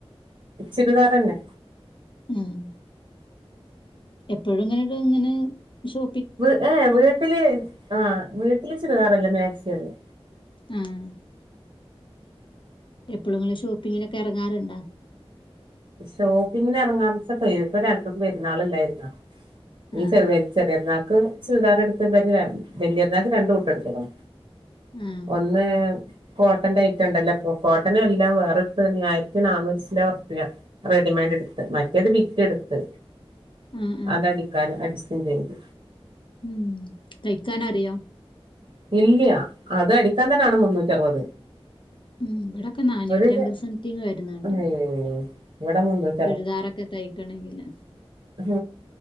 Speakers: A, on the right; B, on the left.
A: ചുരിദാറെന്നെ
B: ആഹ് എപ്പോഴുംങ്ങനെ ഒരു ഇങ്ങനെ ഷോ
A: വ് ഏഹ് വീട്ടില് ആഹ് വീട്ടില് ചുരിദാറല്ല മാക്സി ആ ഇടുക
B: ആഹ് എപ്പോഴും നിങ്ങൾ ഷോപ്പിങ്ങിലൊക്കെ ഇറങ്ങാറുണ്ടോ
A: ഷോപ്പിങ്ങിന് ഇറങ്ങാൻച്ചപ്പളേ ഇപ്പൊ രണ്ടും പെരുന്നാളല്ലായിരുന്നോ നീ
B: ആഹ്
A: ചെറിയ ചെറിയ പെരുന്നാക്ക് ചുരിദാർ എടുത്ത് വലിയ പെരുന്നാക്ക് രണ്ടു കൂട്ടം എടുത്ത്ക്ക്ണ്
B: ആഹ്
A: ഒന്ന് കോട്ടന്റെ ഐറ്റം ഉണ്ടല്ലോ ഇപ്പോ കോട്ടൺ അല്ലാ വേറൊരുതുണിയാ ആയിരത്തി നാനൂറ്റിചില്ലാണം ഉറുപ്യ റെഡിമെയ്ഡ് എടുത്ത് മറ്റേത് ബിറ്റെടുത്ത്
B: ആഹ് ആഹ്
A: അതടി- ക്കാൻ അടിസ്ഥിൻ ചെയ്ത്
B: ഉം തയ്ക്കാനറിയോ
A: ഇല്ല അത് അടിക്കാൻ തന്നെയാണ് മുന്നൂറ്റി അറുപത്
B: ഉം ഇവിടൊക്കെ നാനൂറ്റമ്പത്
A: ഒരു
B: സംതിങ് വരുന്നുണ്ട്
A: ഏഹ് ഇവടെ മുന്നൂ-
B: ചുരിദാറൊക്കെ തയ്ക്കണെങ്കില്
A: ഉം